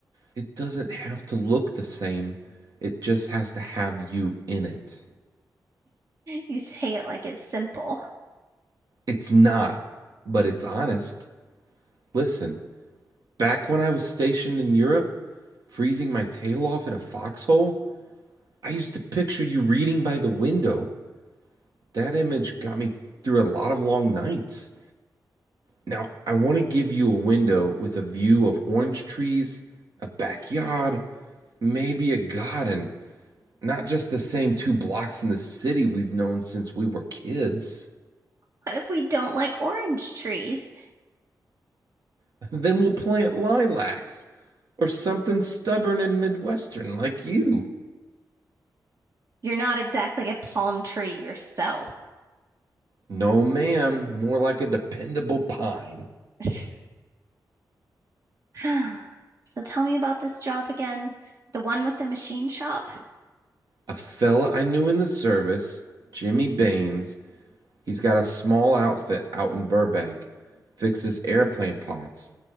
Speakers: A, on the right; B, on the right.
A: It doesn't have to look the same, it just has to have you in it.
B: You say it like it's simple.
A: It's not, but it's honest. Listen, back when I was stationed in Europe, freezing my tail off in a foxhole, I used to picture you reading by the window. That image got me through a lot of long nights. Now, I want to give you a window with a view of orange trees, a backyard, maybe a garden, not just the same two blocks in the city we've known since we were kids.
B: What if we don't like orange trees?
A: <laughs> Then we'll plant lilacs or something stubborn and Midwestern like you.
B: You're not exactly a palm tree yourself.
A: No, ma'am, more like a dependable pine.
B: <laughs> <sighs> So tell me about this job again, the one with the machine shop,
A: A fella I knew in the service, Jimmy Baines, He's got a small outfit out in Burbank, fixes airplane pots.